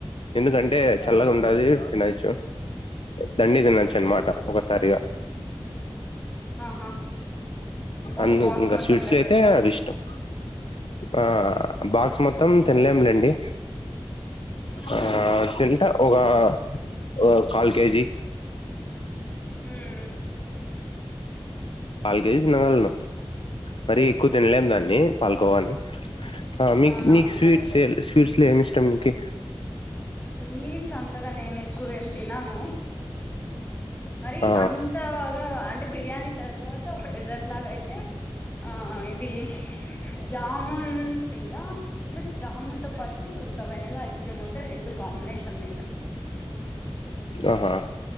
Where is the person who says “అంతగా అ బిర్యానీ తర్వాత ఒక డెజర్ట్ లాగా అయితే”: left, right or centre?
Left